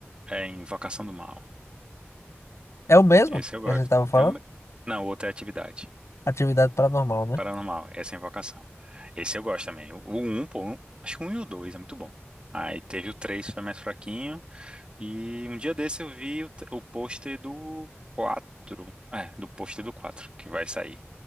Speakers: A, on the right; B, on the left.
A: é Invocação do Mal.
B: É o mesmo
A: Esse eu gosto.
B: que a gente tava falando?
A: É uma- Não, outra é atividade.
B: Atividade paranormal, né?
A: Paranormal, essa é a invocação. Esse eu gosto também. O o um, pô, um- acho que o um e o dois é muito bom. Aí teve o três foi mais fraquinho. E um dia desse eu vi o, t- o pôster do quatro É, do pôster do quatro que vai sair.